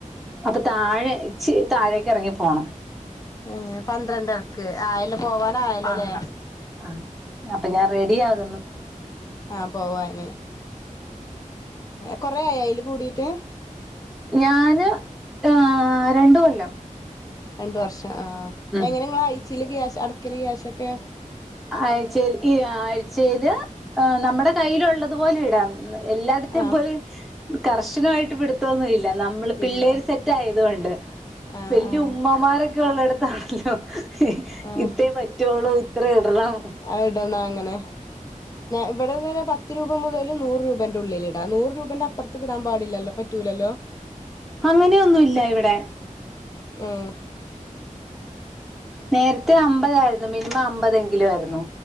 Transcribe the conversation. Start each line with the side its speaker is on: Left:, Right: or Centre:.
Centre: അത് താഴെച്ച് താഴേക്ക് ഇറങ്ങി പോണം
Left: ഏ പന്ത്രണ്ടരക്ക് ആയല്ലോ പോവാൻ ആയല്ലോല്ലേ
Centre: അഹ് അപ്പൊ ഞാൻ റെഡി ആകുന്നു
Left: അഹ് പോവാന് കുറെ ആയോ ആയിൽ കൂടിയിട്ട്
Centre: ഞാന് അഹ് രണ്ട് കൊല്ലം
Left: രണ്ട് വർഷം അഹ്
Centre: ഉം
Left: എങ്ങനെ നിങ്ങൾ ആയിച്ചില് ക്യാഷ് അടക്കില് ക്യാഷൊക്കെ
Centre: ആഴ്ച ഈ ആഴ്ചയില് നമ്മുടെ കയ്യിലുള്ളതു പോലെ ഇടാന്ന് എല്ലായിടത്തേ
Left: ആഹ്
Centre: പോലും കർശനമായിട്ട് പിടുത്തൊന്നു ഇല്ല നമ്മള് പിള്ളേര്
Left: ഇല്ല
Centre: സെ റ്റായത് കൊണ്ട്
Left: ആഹ്
Centre: വല്യ
Left: ആഹ്
Centre: ഉമ്മമാരൊക്കെ ഉള്ളടത്താണല്ലോ
Left: ആഹ്
Centre: ഇത്രേ പറ്റുള്ളൂ ഇത്ര ഇടണം
Left: അഹ് ഇടണോ അങ്ങനെ ഇവിടെ തന്നെ പത്ത് രൂപ മുതൽ നൂറ് രൂപേന്റെ ഉള്ളിൽ ഇടാ നൂറ് രൂപന്റെ അപ്പറ ത്തേക്കിടാൻ പാടില്ലല്ലോ പറ്റൂലല്ലോ
Centre: അങ്ങനെയൊന്നുല്ല ഇവിടെ
Left: ഹ്മ്മ്
Centre: നേരത്തെ അമ്പതായിരുന്നു മിനിമം അമ്പതെങ്കിലും ആയിരുന്നു